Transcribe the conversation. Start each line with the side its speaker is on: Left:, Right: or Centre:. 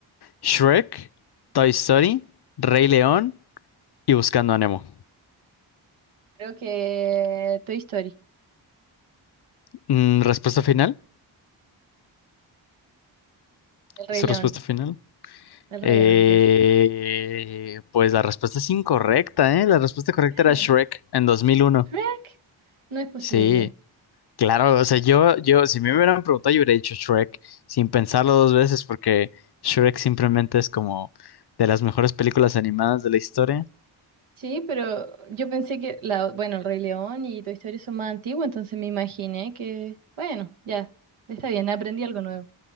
Left: Shrek, Toy Story, Rey León y Buscando a Nemo.
Right: Creo que Toy Story,
Left: Mm, ¿Respuesta final?
Right: El Rey
Left: ¿Su
Right: León.
Left: respuesta final?
Right: El Rey
Left: Eh,
Right: León, entonces.
Left: pues la respuesta es incorrecta, ¿eh? La respuesta correcta
Right: Eh,
Left: era Shrek en 2001.
Right: Shrek. No es posible.
Left: Sí, claro, o sea, yo, yo, si me hubieran preguntado, yo hubiera dicho Shrek sin pensarlo dos veces, porque Shrek simplemente es como de las mejores películas animadas de la historia.
Right: Sí, pero yo pensé que la, bueno, El Rey León y Toy Story son más antiguos, entonces me imaginé que, bueno, ya, está bien, aprendí algo nuevo.